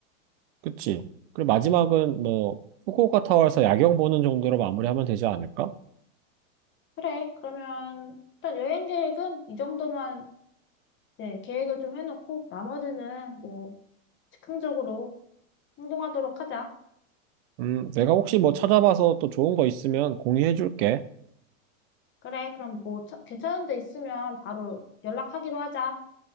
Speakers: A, on the right; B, on the left.
A: 그치. 그리고 마지막은 뭐, 후쿠오카 타워에서 야경 보는 정도로 마무리하면 되지 않을까?
B: 그래. 그러면 일단 여행 계획은 이 정도만 네, 계획을 좀 해놓고 나머지는 뭐 즉흥적으로 행동하도록 하자.
A: 음, 내가 혹시 뭐 찾아봐서 또 좋은 거 있으면 공유해줄게.
B: 그래. 그럼 뭐 차- 괜찮은 데 있으면 바로 연락하기로 하자.